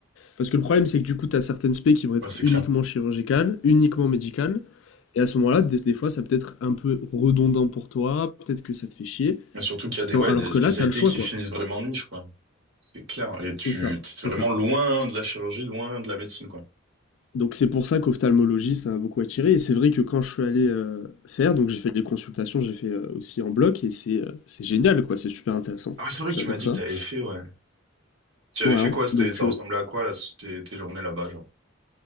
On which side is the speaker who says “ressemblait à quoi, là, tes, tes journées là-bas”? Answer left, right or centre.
Right